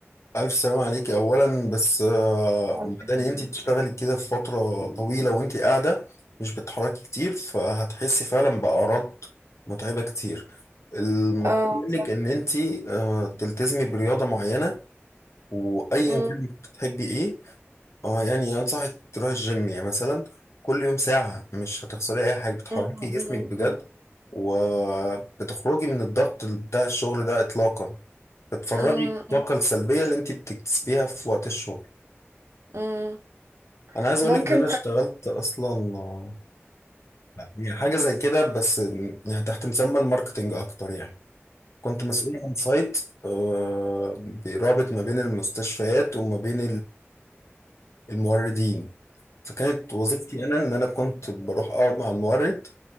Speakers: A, on the left; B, on the right.
A: ألف سلام عليك أولا بس آه،
B: الله
A: مداني
B: يسلمك.
A: أنت بتشتغلي كده في فترة طويلة وأنت قاعدة مش بتتحركي كتير فهتحسي فعلا بأعراض متعبة كتير المطلوب
B: اه
A: منك
B: صح
A: إن أنت آه، تلتزمي برياضة معينة وأيا
B: مم،
A: كان بتحبي إيه اه يعني انصحك تروح الجيم يعني مثلا كل يوم ساعة مش هتخسري اي حاجة بتحركي
B: مم،
A: جسمك
B: مم،
A: بجد
B: مم،
A: وبتخرجي من الضغط بتاع الشغل ده اطلاقا بتفرغي
B: مم،
A: الطاقة السلبية اللي انت بتكتسبيها في وقت الشغل
B: مم.
A: انا عايز اقولك
B: ممكن
A: ان انا اشتغلت اصلا آه، يعني حاجة زي كده بس يعني تحت مسمى الماركتينج اكتر يعني كنت مسؤول عن سايت آه، بيرابط ما بين المستشفيات وما بين الموردين فكانت وظيفتي انا ان انا كنت بروح اقعد مع المورد